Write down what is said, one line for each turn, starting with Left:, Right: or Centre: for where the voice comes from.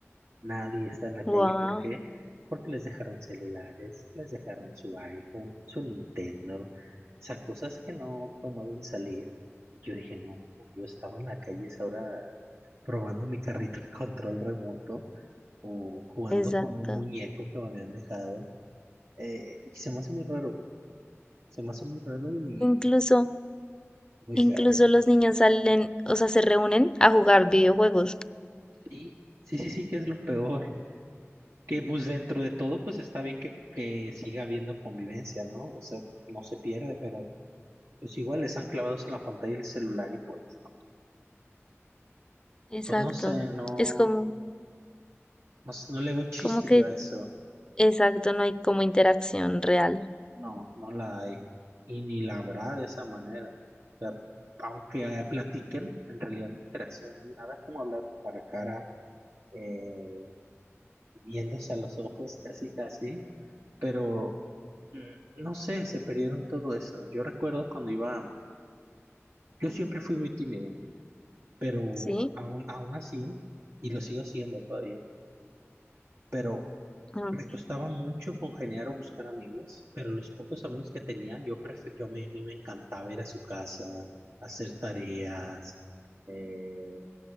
Right: Nadie está en la calle.
Left: Wow,
Right: ¿Por qué? Porque les dejaron celulares, les dejaron su iPhone, su Nintendo, o sea, cosas que no promueven salir. Yo dije, no, yo estaba en la calle es ahora probando mi carrito de control remoto o jugando
Left: exacto.
Right: con un muñeco que me habían dejado. Eh, y se me hace muy raro, se me hace muy raro y
Left: Incluso,
Right: muy feo.
Left: incluso los niños salen, o sea, se reúnen a jugar videojuegos.
Right: Sí, sí, sí, sí, que es lo peor. Que pues dentro de todo, pues está bien que, que siga habiendo convivencia, ¿no? O sea, no se pierde, pero pues igual están clavados en la pantalla del celular y pues,
Left: Exacto.
Right: pues no sé, no,
Left: Es como,
Right: no sé, no le veo chiste
Left: como que,
Right: yo a eso.
Left: exacto, no hay como interacción real.
Right: No, no la hay. Y ni la habrá de esa manera. O sea, aunque eh, platiquen, en realidad no hay interacción, no hay nada como hablar cara a cara, eh, viéndose a los ojos casi casi, pero mm, no sé, se perdieron todo eso. Yo recuerdo cuando iba, yo siempre fui muy tímido, pero
Left: Sí,
Right: aún, aún así, y lo sigo siendo todavía, pero
Left: Mm,
Right: Me costaba mucho congeniar o buscar amigos, pero los pocos amigos que tenía, yo, prefe- yo me, a mí me encantaba ir a su casa, hacer tareas, eh,